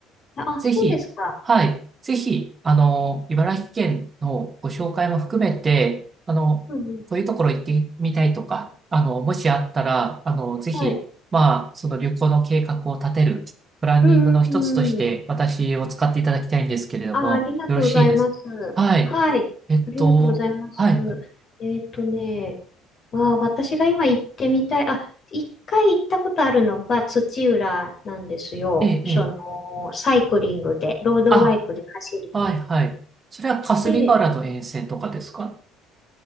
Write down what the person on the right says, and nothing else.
ぜひ、
はい、ぜひ、あの、茨城県のご紹介も含めて、あの、
こういうところ行ってみたいとか、あの、もしあったら、あの、ぜひ、
まあ、その旅行の計画を立てる、プランニングの一つとして、
私を使っていただきたいんですけれども、
よろしいですかはい。
えっと、
はい、はい。
ええ、
ええ。
あ、はい、はい。それは霞ヶ浦の沿線とかですか